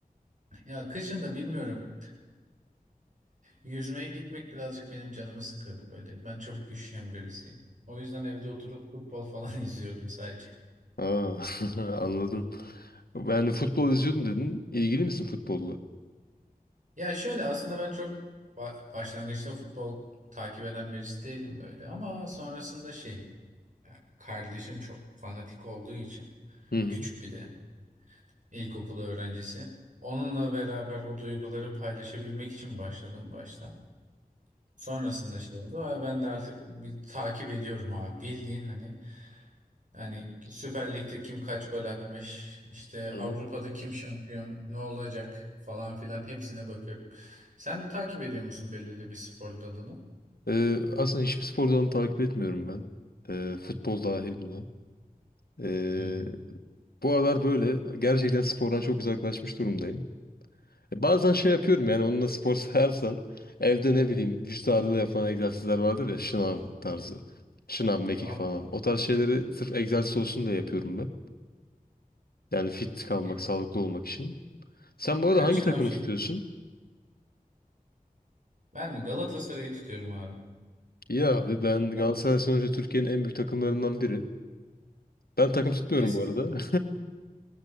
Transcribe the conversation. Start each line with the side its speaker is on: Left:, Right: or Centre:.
Right: Ya kışın da bilmiyorum yüzmeye gitmek birazcık benim canımı sıkıyordu böyle. Ben çabuk üşüyen birisiyim. O yüzden evde oturup futbol falan <laughs> izliyordum sadece.
Left: Aa, <laughs> anladım. Yani futbol izliyordum dedin. İlgili misin futbolla?
Right: Ya şöyle aslında ben çok ba- başlangıçta futbol takip eden birisi değilim böyle ama sonrasında şey yani kardeşim çok fanatik olduğu için
Left: Hı hı.
Right: küçük bir de ilkokul öğrencisi. Onunla beraber o duyguları paylaşabilmek için başladım başta. Sonrasında şey oldu ve ben de artık bir takip ediyorum abi bildiğin hani yani Süper Lig'de kim kaç gol atmış, işte Avrupa'da
Left: Hı hı.
Right: kim şampiyon, ne olacak falan filan hepsine bakıyorum. Sen takip ediyor musun belirli bir spor dalını?
Left: Ee, aslında hiçbir spor dalını takip etmiyorum ben. Ee, futbol dahil buna. Ee,
Right: Hmm.
Left: bu aralar böyle gerçekten spordan çok uzaklaşmış durumdayım. E, Bazen şey yapıyorum yani onunla spor <laughs> sayarsan evde ne bileyim vücut ağırlığıyla yapılan egzersizler vardır ya şınav tarzı. Şınav, mekik
Right: Ya
Left: falan. O tarz şeyleri sırf egzersiz olsun diye yapıyorum ben. Yani fit kalmak,
Right: e,
Left: sağlıklı olmak için. Sen bu
Right: kaç
Left: arada hangi
Right: şınav
Left: takımı
Right: çekildi?
Left: tutuyorsun?
Right: Ben mi Galatasaray'ı tutuyorum abi.
Left: İyi abi ben Galatasaray
Right: Tamam.
Left: sonuçta Türkiye'nin en büyük takımlarından biri. Ben takım tutmuyorum
Right: Kesin.
Left: bu arada.